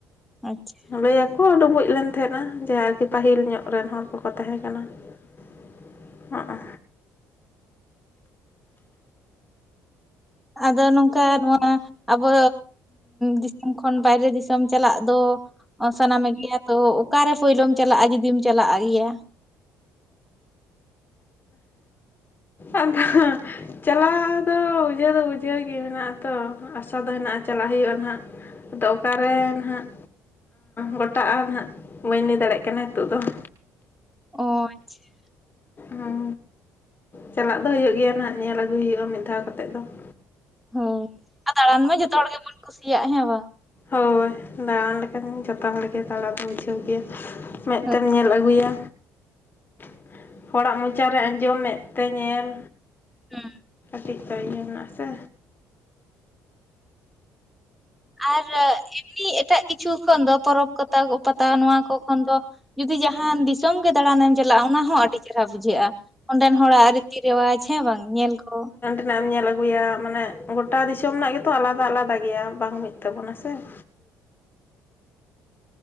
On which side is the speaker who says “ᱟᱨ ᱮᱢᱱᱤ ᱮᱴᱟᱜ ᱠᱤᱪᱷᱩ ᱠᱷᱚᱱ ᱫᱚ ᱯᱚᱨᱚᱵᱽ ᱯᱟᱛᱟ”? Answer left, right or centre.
Centre